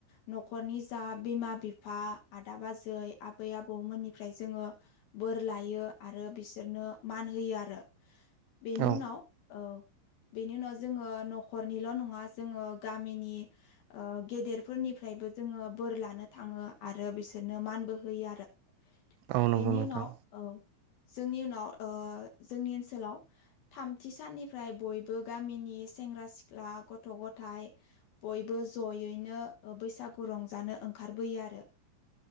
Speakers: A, on the left; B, on the right.
A: न'खरनि जा बिमा बिफा आदा आजै आबै आबौ मोन निफ्राय जोंङो बोर लायो आरो बिसोरनो मान होयो आरो बेनि
B: औ
A: उनाव औ बेनि उनाव जोंङो न'खरनिल' नंङा जोंङो गामिनि गेदेरफोरनिफ्राय बयबो जोंङो बोर लानो थांङो आरो बिसोरनो मानबो होयो आरो
B: औ नंगौ
A: बेनि
B: नोंथां
A: उनाव औ जोंनि उनाव ओ जोंनि ओनसोलाव थामथि साननिफ्राय बयबो गामिनि सेंग्रा सिख्ला गथ' गथाइ बयबो जयैनो बैसागु रंजानो ओंखारबोयो आरो